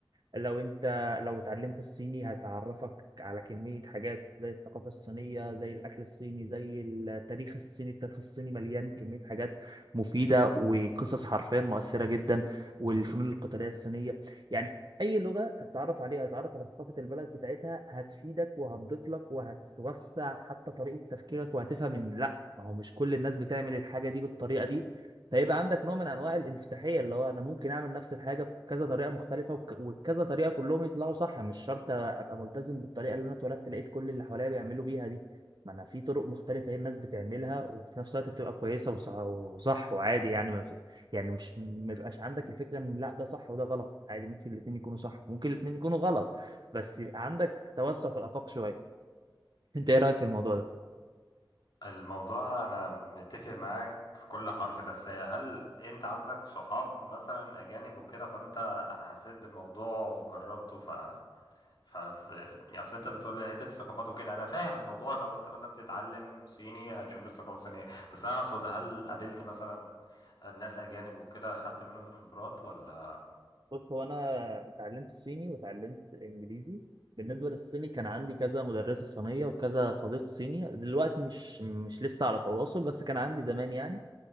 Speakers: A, on the right (about 55°); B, on the left (about 60°).
A: لو انت لو اتعلمت الصيني هتعرفك على كمية حاجات زي الثقافة الصينية زي الأكل الصيني زي التاريخ الصيني التاريخ الصيني مليان كمية حاجات مفيدة وقصص حرفيا مؤثرة جدا والفنون القتالية الصينية يعني أي لغة هتتعرف عليها هتتعرف على ثقافة البلد بتاعتها هتفيدك وهتضيف لك وهتوسع حتى طريقة تفكيرك وهتفهم إن لأ ما هو مش كل الناس بتعمل الحاجة دي بالطريقة دي فيبقى عندك نوع من انواع الانفتاحيه اللي هو انا ممكن اعمل نفس الحاجه بكذا طريقه مختلفه وك- وبكذا طريقه كلهم يطلعوا صح مش شرط ابقى ملتزم بالطريقه اللي انا اتولدت لقيت كل اللي حواليا بيعملوا بيها دي ما انا في طرق مختلفه هي الناس بتعملها وفي نفس الوقت بتبقى كويسه وصح, وصح وعادي يعني ما في يعني مش ما يبقاش عندك الفكره ان لا ده صح وده غلط عادي ممكن الاثنين يكونوا صح ممكن الاثنين يكونوا غلط بس يبقى عندك توسع في الافاق شويه انت ايه رايك في الموضوع ده
B: الموضوع انا متفق معاك في كل حرف بس هل انت عندك صحاب مثلا اجانب وكده فانت حسيت بالموضوع وجربته ف ف ف- يعني اصل انت بتقول لي حته الثقافات وكده انا فاهم الموضوع لو انت مثلا بتتعلم صيني هتشوف الثقافه الصينيه بس انا اقصد هل قابلت مثلا ناس اجانب وكده خدت منهم خبرات ولا
A: بص هو انا اتعلمت صيني واتعلمت انجليزي بالنسبه للصيني كان عندي كذا مدرسه صينيه وكذا صديق صيني دلوقتي مش مش لسه على تواصل بس كان عندي زمان يعني